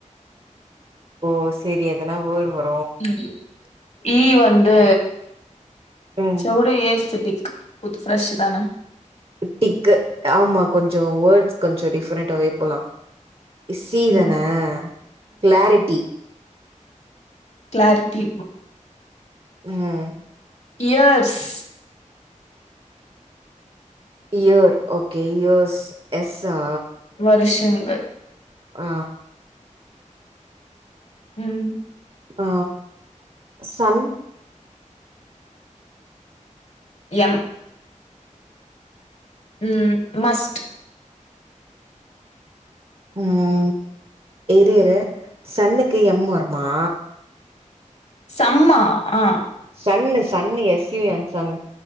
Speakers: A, on the right; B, on the left.
A: ஓ செரி எதனா வர்டு வ
B: ம் ஈ வந்து
A: ம்
B: செர்வுடு ஏஸ்தட்டிக் புத்து ஃப்ரெஷ் தானே
A: டிக்கு ஆமா கொஞ்சோ வர்ட்ஸ் கொஞ்ச டிஃபரெண்டாவே போலா இ சீதான
B: ம்
A: கிளாரிட்டி
B: கிளார்ட்டி
A: ம்
B: இயர்ஸ்
A: இயர் ஓகே இயர்ஸ் எஸ்ஸா
B: வருஷங்கள்
A: ஆ
B: ம்
A: ஆ சன்
B: எம் ம் மஸ்ட்
A: ம் இரு இரு சன்னுக்கு எம் வருமா
B: சம்மா ஆ
A: sun sun S U N sun